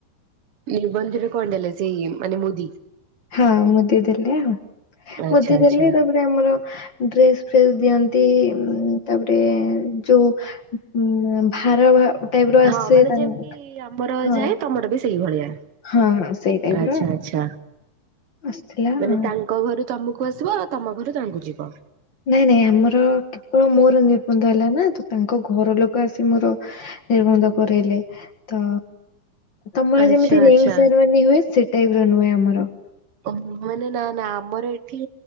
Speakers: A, on the right; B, on the left.
A: ନିର୍ବନ୍ଧ ରେ କଣ ଦେଲେ ସେଇ ମାନେ ମୁଦି?
B: ହଁ ମୁଦି ଦେଲେ ଆଉ
A: ଆଚ୍ଛା
B: ମୁଦି
A: ଆଚ୍ଛା
B: ଦେଲେ ତାପରେ ଆମର ଡ୍ରେସ୍ ଫ୍ରେସ୍ ଦିଅନ୍ତି ତାପରେ ଯଉ ଉଁ- ଭାର ଟାଇପ ର ଆସେ
A: ହଁ ମାନେ
B: ତାଙ୍କୁ
A: ଯେମିତି ଆମର
B: ହଁ
A: ଯାଏ ତମର ବି ସେଇଭଳିଆ।
B: ହଁ ହଁ ସେଇ ଟାଇପ୍
A: ଆଚ୍ଛା
B: ର
A: ଆଚ୍ଛା
B: ଆସିଥିଲା
A: ମାନେ
B: ଆଉ।
A: ତାଙ୍କ ଘରୁ ତମକୁ ଆସିବ ଆଉ ତମ ଘରୁ ତାଙ୍କୁ ଯିବ।
B: ନାଇଁ ନାଇଁ ଆମର କେବଳ ମୋର ନିର୍ବନ୍ଧ ହେଲା ନା ତ ତାଙ୍କ ଘର ଲୋକ ଆସି ମୋର ନିର୍ବନ୍ଧ କରଇଲେ ତ ତମର
A: ଆଚ୍ଛା
B: ଯେମିତି ରିଙ୍ଗ୍
A: ଆଚ୍ଛା
B: ସେରିମନି ହୁଏ ସେ ଟାଇପ୍ ର ନୁହେଁ ଆମର।
A: ଓ ହ ମାନେ ନା ନା ଆମର ଏଠି